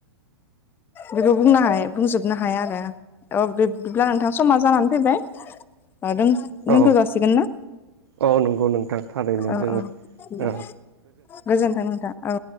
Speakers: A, on the left (about 15°); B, on the right (about 80°).
A: बेखौ बुंनो हाय बुंजोबनो हाया आरो। औ बिब्दिब्ला नोंथां समा जानानै फैबाय दोनथ'
B: औ
A: जासिगोन ना?
B: औ नंगौ नोंथां थारैनो
A: औ
B: जोङो
A: औ दे
B: ओ
A: गोजोनथों नोंथां औ।